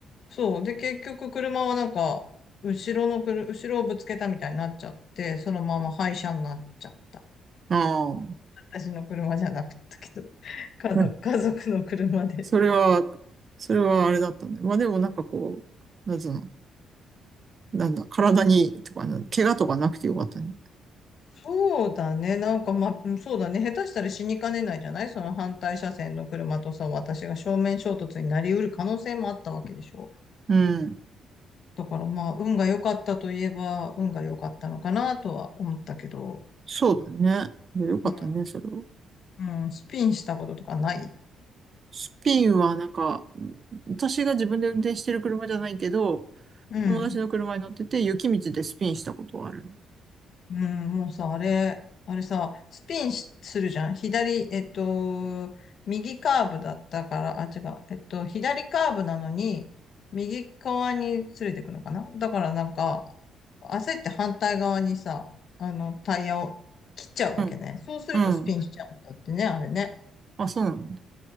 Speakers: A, on the left (about 60°); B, on the right (about 45°).
A: そう。で、結局車はなんか、後ろのくる後ろをぶつけたみたいになっちゃって、そのまま廃車になっちゃった。
B: ああ、
A: 私の車じゃなかったけど、家族、
B: うん
A: 家族の車で。
B: それは、それはあれだったね。まあでもなんかこう、なんつうの、なんだ、体に、とかな、怪我とかなくてよかったね。
A: そうだね。なんか、まあ、うんそうだね。下手したら死にかねないじゃないその反対車線の車とさ、私が正面衝突になりうる可能性もあったわけでしょ。
B: うん。
A: だからまあ、運が良かったといえば、運が良かったのかなとは思ったけど、
B: そうだね。いやよかったね、
A: うん。
B: それを。
A: うん、スピンしたこととかない
B: スピンはなんか、私が自分で運転してる車じゃないけど、
A: うん。
B: 友達の車に乗ってて、雪道でスピンしたことはある。
A: うん、もうさ、あれ、あれさ、スピンしするじゃん。左、えっと、右カーブだったから、あ、違う、えっと、左カーブなのに、右側に連れてくのかなだからなんか、焦って反対側にさ、あの、タイヤを切っちゃうわけね。
B: うん。
A: そうするとスピンしちゃうんだってね、
B: うん。
A: あれね。
B: あ、そうなんだ。